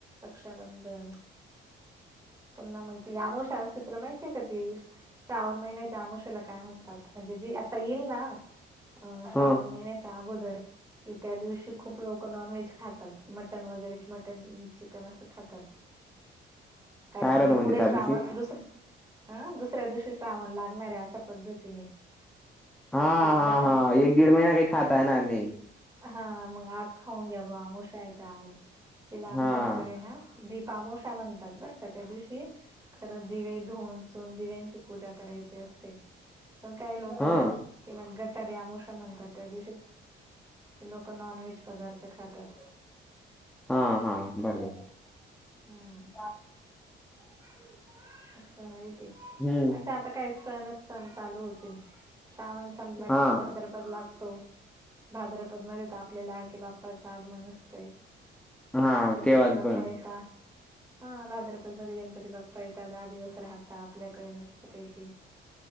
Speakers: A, on the right; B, in the centre.
A: रक्षाबंधन. पुन्हा म ती आमोशा असते तुला माहिती आहे का ती? श्रावण महिन्याच्या आमोशेला काय म्हणतात म्हणजे जी आता येईल ना? अ श्रावण
B: ह
A: महिन्याच्या अगोदर, कि त्या दिवशी खूप लोक नॉन व्हेज खातात. मटन वगैरे मटन चिकन असं खातात. कारण
B: काय
A: की
B: राहत म्हणते
A: पुढे
B: त्या
A: श्रावण
B: दिवशी
A: दुसरा आ दुसऱ्या दिवशी श्रवण लागणाऱ्या अशा पद्धतीने.
B: हा
A: तिला
B: हा
A: गटारे
B: हा एक दीड महिना काही खाता येणार नाही.
A: हा मग आज खाऊन घ्याब आमोशा आहेेत आज. तिला
B: हा
A: आमच्याकडे ना दीपआमोशा म्हणतात बर का त्या दिवशी खरं दिवे धुन सून दिव्यांची पूजा करायची असते. तर काही लोक
B: हा
A: ना, तिला गटारी आमोशा म्हणतात त्या दिवशीच. ते लोकं नॉन व्हेज पदार्थ खातात.
B: हा हा भरलं एकच की,
A: हा
B: <unintelligible>
A: <unintelligible> असं आहे ते
B: हम्म
A: अशा आता काय सणच सण चालू होतील, श्रावण संपला
B: हा
A: कि म भाद्रपद लागतो. भाद्रपदमध्ये तर आपल्या लाडके बाप्पाचं आगमन असतंय.
B: हा
A: गणपती
B: तेव्हाच
A: बाप्पा
B: पण
A: येता. हा भाद्रपद मध्ये गणपती बाप्पा येतात दहा दिवस राहता आपल्याकडे मस्त पैकी.